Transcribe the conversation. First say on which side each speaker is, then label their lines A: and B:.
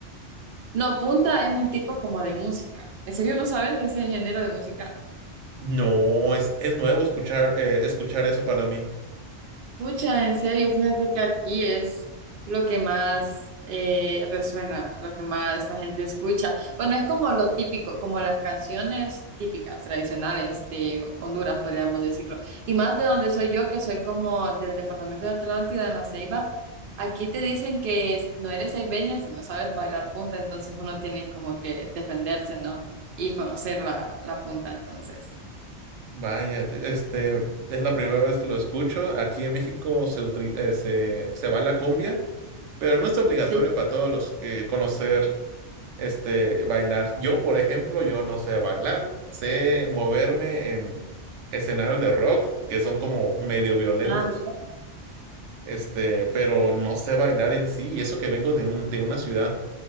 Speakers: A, on the right (about 60°); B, on the right (about 85°).
A: No, punta es un tipo como de música. ¿En serio no sabes ese género de música?
B: No, es, es nuevo escuchar, eh, escuchar eso para mí.
A: Pucha, en serio, fíjate que aquí es lo que más eh, resuena, lo que más la gente escucha. Bueno, es como lo típico, como las canciones típicas, tradicionales de Honduras, podríamos decirlo. Y más de donde soy yo, que soy como del departamento de Atlántida, en La Ceiba, aquí te dicen que es- no eres ceibeña si no sabes bailar punta, entonces uno tiene como que defenderse, ¿no? Y conocer la, la punta, entonces.
B: Vaya, de- este, es la primera vez que lo escucho. Aquí en México se, utili- eh, se, se baila cumbia, pero no es obligatorio
A: Sí.
B: para todos los que conocer, este, bailar. Yo, por ejemplo, yo no sé bailar. Sé moverme en escenarios de rock que son como medio violentos,
A: Ah,
B: este, pero no sé bailar en sí. Y eso que vengo de un, de una ciudad.